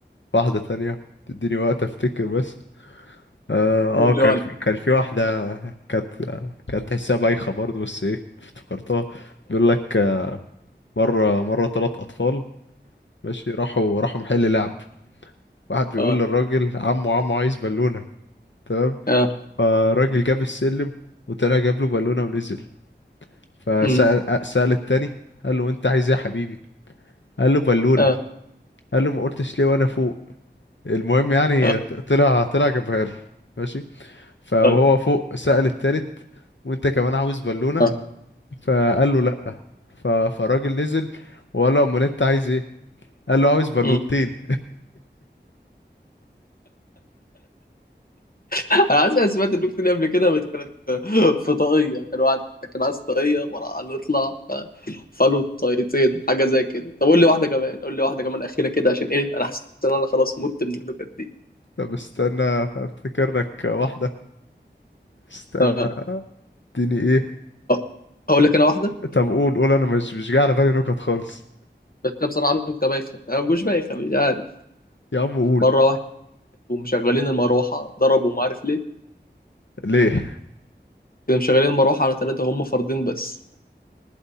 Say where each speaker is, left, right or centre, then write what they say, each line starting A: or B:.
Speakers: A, on the left; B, on the left.
A: واحدة تانية تديني وقت افتكر بس اه
B: تقول
A: آه، كان
B: له معلق
A: في كان في واحدة كانت كانت تحسها بايخة برضه بس ايه افتكرتها بيقول لك مرة مرة ثلاث أطفال ماشي راحوا راحوا محل لعب واحد بيقول
B: اه
A: للراجل عمو عمو عايز بالونة تمام
B: اه
A: فالراجل جاب السلم وطلع جاب له بالونة ونزل فسأل
B: م،
A: سأل التاني قال له انت عايز ايه يا حبيبي قال له بالونة
B: اه
A: قال له ما قلتش ليه وانا فوق المهم يعني
B: اه
A: طلع طلع جابها له ماشي فهو
B: اه
A: فوق سأل التالت وانت كمان عاوز بالونة
B: اه
A: فقال له لا ف... فالراجل نزل وقال له امال انت عايز ايه قال له عاوز بالونتين
B: آه. انا عايز سمعت النكته دي قبل كده بس كانت في طاقيه كان واحد كان عايز طاقيه فراح قال له اطلع ف- فقالوا طاقيتين حاجه زي كده طب قول لي واحده كمان قول لي واحده كمان اخيره كده عشان ايه انا حاسس ان انا خلاص مت من النكت دي
A: <laughs> طب استنى افتكر لك واحده استنى
B: اه
A: اديني ايه
B: آه. اقول لك انا واحده
A: طب قول قول انا مش مش جاي على بالي نكت خالص
B: بس انا بصراحه نكته بايخه انا مش بايخه مش عارف
A: يا عم قول
B: مره واحد ومشغلين المروحه ضربوا ما عارف ليه
A: ليه
B: كانوا مشغلين المروحه على ثلاثه هم فردين بس